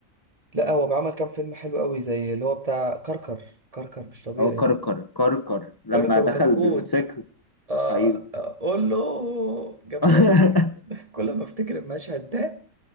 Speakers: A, on the right (about 30°); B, on the left (about 20°).
A: لا هو بعمل كام فيلم حلو قوي زي اللي هو بتاع كركر كركر مش طبيعي
B: هو كركر كركر لما
A: كركر
B: دخل
A: وكتكوت
B: بالموتوسيكل
A: اه
B: ايوه
A: آه، قول له جامد
B: <laughs>
A: قوي <laughs> كل ما افتكر المشهد ده